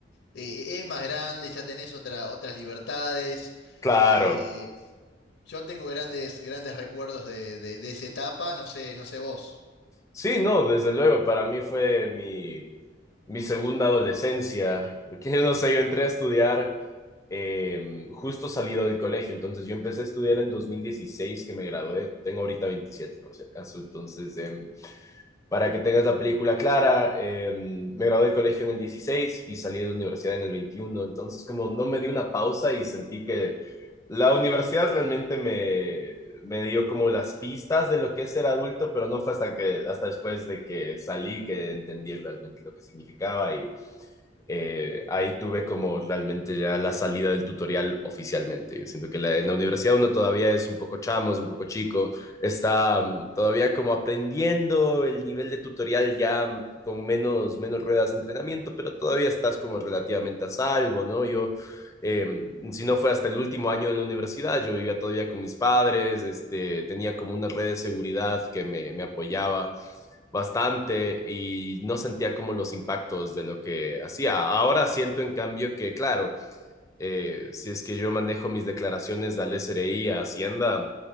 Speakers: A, on the left; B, on the left.
A: eh, es más grande, ya tenés otra, otras libertades.
B: claro.
A: eh, yo tengo grandes, grandes recuerdos de, de- de esa etapa, no sé, no sé vos.
B: Sí, no, desde luego, para mí fue mi, mi segunda adolescencia, porque <laughs> no sé, yo entré a estudiar eh, justo salido del colegio, entonces yo empecé a estudiar en 2016 que me gradué, tengo ahorita 27 por si acaso, entonces eh, Para que tengas la película clara, eh, me gradué del colegio en el 16 y salí de la universidad en el 21, entonces como no me di una pausa y sentí que la universidad realmente me, me dio como las pistas de lo que es ser adulto, pero no fue hasta que, hasta después de que salí que entendí realmente lo que significaba y eh, ahí tuve como realmente ya la salida del tutorial oficialmente. Yo siento que la- en la universidad uno todavía es un poco chamo, es un poco chico, está mm, todavía como aprendiendo el nivel de tutorial ya mm, con menos, menos ruedas de entrenamiento, pero todavía estás como relativamente a salvo, ¿no? Yo, eh, si no fue hasta el último año de la universidad, yo vivía todavía con mis padres, este, tenía como una red de seguridad que me, me apoyaba bastante y no sentía como los impactos de lo que hacía. Ahora siento en cambio que, claro, eh, si es que yo manejo mis declaraciones al SRI, a Hacienda,